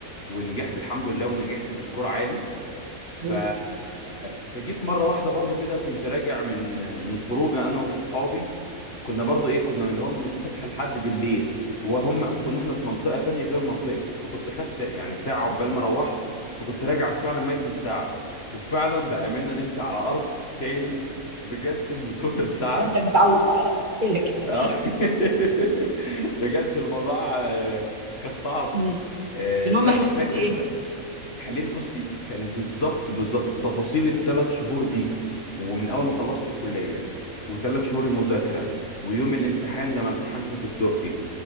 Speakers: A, on the left (about 45°); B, on the right (about 35°).
A: ونجحت الحمد لله ونجحت بسكور عالي
B: <laughs> حلو.
A: ف... فجيت مره واحده برضو كده كنت راجع من من خروجه انا واصحابي كنا برضو ايه كنا اللي هو من الصبح لحد بالليل وهم كنا احنا في منطقة تانية غير منطقتي فكنت خدت يعني ساعة عقبال ما روحت فكنت راجع فعلا ميت من التعب وفعلا بأمانة نمت على أرض تاني بجد من كتر التعب
B: ده انت متعود بقى لك <laughs> كده
A: آه. <laughs> بجد الموضوع آه، كان صعب
B: مم.
A: آه،
B: المهم
A: بس
B: حلمت
A: فاكر
B: بايه
A: بقى حلمي بصي كان بالظبط بالظبط تفاصيل الثلاث شهور دي ومن اول ما خلصت الكليه وثلاث شهور المذاكره ويوم الامتحان لما امتحنت في الدقي